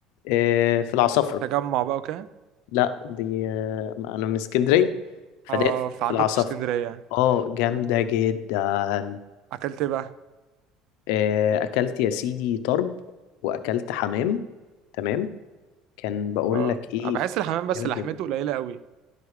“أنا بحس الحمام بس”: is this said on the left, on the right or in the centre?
Right